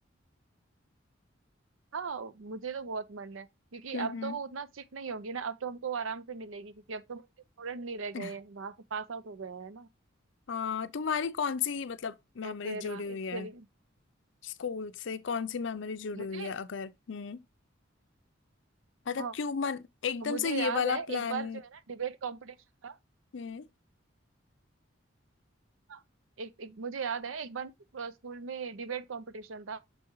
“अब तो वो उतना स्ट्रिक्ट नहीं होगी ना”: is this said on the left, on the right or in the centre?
Right